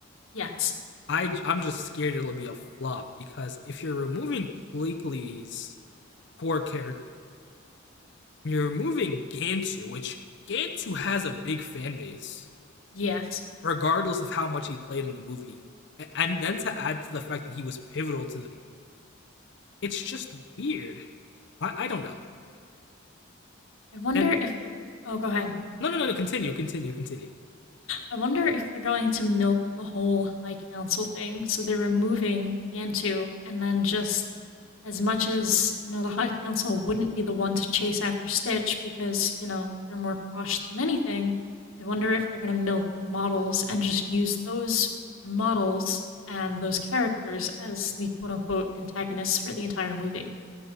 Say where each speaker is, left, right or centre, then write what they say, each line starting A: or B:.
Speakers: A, on the left; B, on the left.
A: Yes.
B: I I'm just scared it'll be a flop because if you're removing Bleakley's core character You're moving Gantu, which Gantu has a big fan base,
A: Yes.
B: regardless of how much he played in the movie. And then to add to the fact that he was pivotal to the movie, it's just weird. I, I don't know.
A: I wonder
B: And
A: if they're Oh, go ahead.
B: no, no, no, no. Continue, continue, continue.
A: I wonder if they're going to milk the whole High Council thing. So they're removing Gantu, and then just as much as, you know, the High Council wouldn't be the one to chase after Stitch because, you know, they're more posh than anything, I wonder if they're going to milk the models and just use those models and those characters as the quote unquote antagonists for the entire movie.